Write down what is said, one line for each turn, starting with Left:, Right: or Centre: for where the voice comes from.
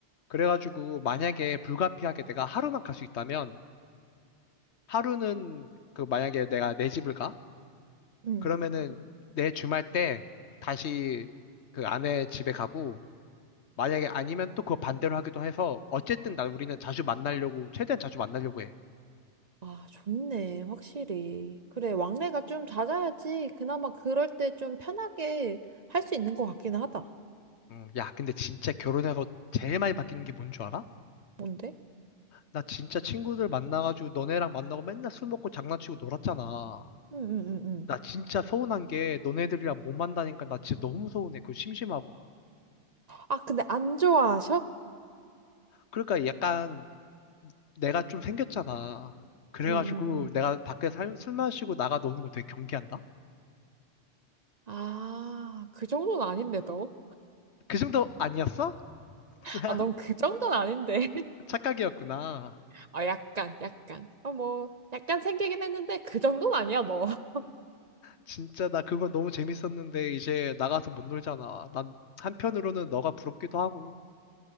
Left: 그래가지고 만약에 불가피하게 내가 하루만 갈 수 있다면 하루는 그 만약에 내가 내 집을 가?
Right: 응.
Left: 그러면은 내 주말 때 다시 그 아내 집에 가고 만약에 아니면 또 그거 반대로 하기도 해서 어쨌든 나 우리는 자주 만나려고 최대한 자주 만나려고 해.
Right: 아, 좋네. 확실히. 그래, 왕래가 좀 잦아야지. 그나마 그럴 때 좀 편하게 할 수 있는 것 같기는 하다.
Left: 음, 야, 근데 진짜 결혼해서 제일 많이 바뀌는 게 뭔 줄 알아?
Right: 뭔데?
Left: 나 진짜 친구들 만나가지고 너네랑 만나고 맨날 술 먹고 장난치고 놀았잖아.
Right: 응, 응, 응, 응.
Left: 나 진짜 서운한 게 너네들이랑 못 만나니까 나 진짜 너무 서운해. 그거 심심하고.
Right: 아, 근데 안 좋아하셔?
Left: 그러니까 약간 내가 좀 생겼잖아. 그래가지고
Right: 응, 응, 응.
Left: 내가 밖에 살- 술 마시고 나가 노는 거 되게 경계한다?
Right: 아, 그 정도는 아닌데, 너?
Left: 그 정도 아니었어? <laughs>
Right: 아, 넌 그 정도는 아닌데. <laughs>
Left: 착각이었구나.
Right: 아, 약간, 약간. 어, 뭐, 약간 생기긴 했는데, 그 정도는 아니야, 너. <laughs>
Left: 진짜 나 그거 너무 재밌었는데 이제 나가서 못 놀잖아. 난 한편으로는 너가 부럽기도 하고.